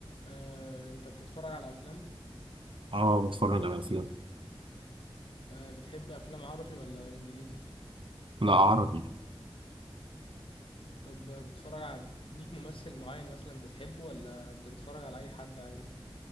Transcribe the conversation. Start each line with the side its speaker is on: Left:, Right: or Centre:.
Left: آه، انت بتتفرج على افلام
Right: اه بتفرج على افلام
Left: آه، بتحب افلام عربي ولا انجليزي
Right: لا عربي
Left: طب آه، بتتفرج على بت... ليك ممثل معين مثلا بتحبه ولا بتتفرج على اي حد عادي